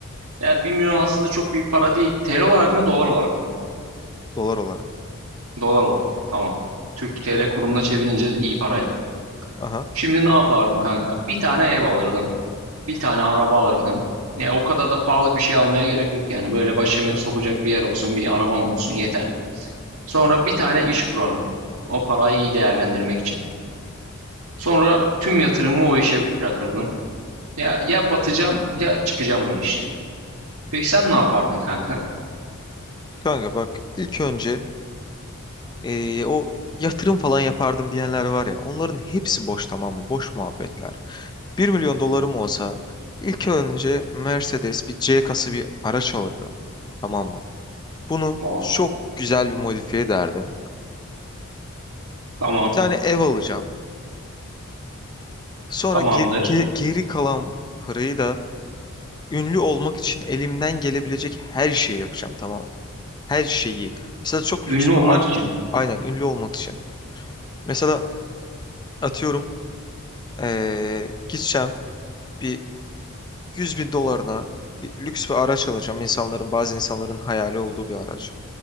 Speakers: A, on the right; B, on the left.
A: Ya bir milyon aslında çok büyük para değil. TL olarak mı, dolar olarak mı?
B: dolar olarak.
A: Dolar olarak. Tamam. Türk TL kurumuna çevirince iyi para yapıyor.
B: Aha
A: Şimdi ne yapardım kanka? Bir tane ev alırdım. Bir tane araba alırdım. Ya o kadar da pahalı bir şey almaya gerek yok yani. Böyle başımı sokacak bir yer olsun, bir arabam olsun yeterli. Sonra bir tane iş kurardım. O parayı iyi değerlendirmek için. Sonra tüm yatırımımı o işe bırakırdım. Ya ya batacağım ya çıkacağım o işe. Peki sen ne yapardın kanka?
B: kanka bak ilk önce eee, o yatırım falan yapardım diyenler var ya onların hepsi boş tamam mı? Boş muhabbetler. Bir milyon dolarım olsa ilk önce Mercedes bir C kası bir araç alırdım. Tamam mı? Bunu
A: Wow.
B: çok güzel bir modifiye ederdim.
A: Tamam,
B: Bir tane ev alacağım. Sonra
A: tamamdır.
B: ger- ge- geri kalan parayı da ünlü olmak için elimden gelebilecek her şeyi yapacağım tamam mı? Her şeyi. Mesela çok
A: Ünlü
B: lüks
A: olmak
B: bir ar-
A: için.
B: Aynen ünlü olmak için. Mesela atıyorum eee gideceğim bir 100 bin dolarına bir lüks bir araç alacağım. İnsanların bazı insanların hayali olduğu bir araç.